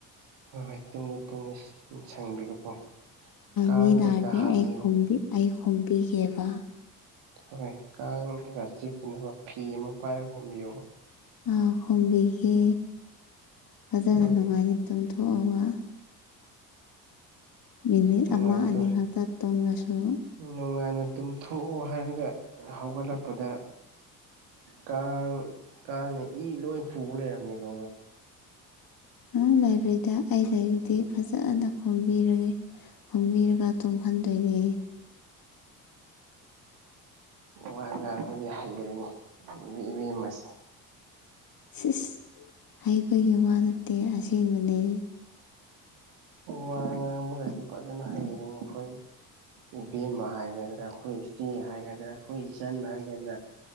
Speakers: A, on the right (about 65°); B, on the left (about 45°).
A: ꯍꯣꯏ ꯍꯣꯏ ꯇꯨꯝꯃꯦ ꯇꯨꯝꯃꯦ ꯁꯪꯕꯤꯌꯨꯀꯣ ꯀꯥꯡ
B: ꯃꯤ ꯂꯛꯑꯗꯤ
A: ꯀꯩꯀꯥ ꯍꯥꯞꯄꯤꯌꯨ
B: ꯑꯩ ꯈꯨꯝꯕꯤ ꯑꯩ ꯈꯣꯝꯕꯤꯒꯦꯕ
A: ꯍꯣꯏ ꯀꯥꯡꯒ ꯆꯤꯛꯇꯅꯕ ꯐꯤ ꯑꯃ ꯄꯥꯏꯔꯒ ꯍꯣꯝꯕꯤꯌꯣꯕ
B: ꯑꯥ ꯍꯨꯝꯕꯤꯒꯦ ꯐꯖꯅ
A: ꯎꯝ
B: ꯅꯨꯡꯉꯥꯏꯅ ꯇꯨꯝꯊꯣꯛꯑꯒ ꯃꯤꯅꯤꯠ
A: ꯅꯨꯡꯉꯥꯏꯇ
B: ꯑꯃ ꯑꯅꯤ ꯈꯛꯇ ꯇꯨꯝꯔꯁꯨ
A: ꯅꯨꯡꯉꯥꯏꯅ ꯇꯨꯝꯊꯣꯛꯎ ꯍꯥꯏꯔꯒ ꯍꯧꯒꯠꯂꯛꯄꯗ ꯀꯥꯡ ꯀꯥꯡꯅ ꯏ ꯂꯣꯏ ꯄꯨꯕ ꯂꯩꯔꯝꯅꯦꯀꯣ
B: ꯎꯝ ꯂꯥꯏꯔꯣꯏꯗ ꯑꯩ ꯂꯩꯖꯤꯗꯤ ꯐꯖꯅ ꯍꯨꯝꯕꯤꯔꯒꯦ ꯍꯨꯝꯕꯤꯔꯒ ꯇꯨꯝꯍꯟꯗꯣꯏꯅꯦ
A: ꯋꯥ ꯉꯥꯡꯕꯗꯤ ꯍꯩꯒꯔꯦꯅꯦ <unintelligible> ꯃꯁꯦ
B: ꯁꯤꯁ ꯍꯩꯕꯒꯤ ꯋꯥ ꯅꯠꯇꯦ ꯑꯁꯦꯡꯕꯅꯦ
A: ꯋꯥ ꯉꯥꯡꯕꯒꯁꯤ ꯐꯖꯅ ꯍꯩꯔꯦꯅꯦ ꯈꯣꯏ ꯏꯕꯦꯝꯃ ꯍꯥꯏꯒꯗ꯭ꯔꯥ ꯑꯩꯈꯣꯏ ꯏꯆꯦ ꯍꯥꯏꯒꯗ꯭ꯔꯥ ꯑꯩꯈꯣꯏ ꯏꯆꯟ ꯍꯥꯏꯒꯗ꯭ꯔꯥ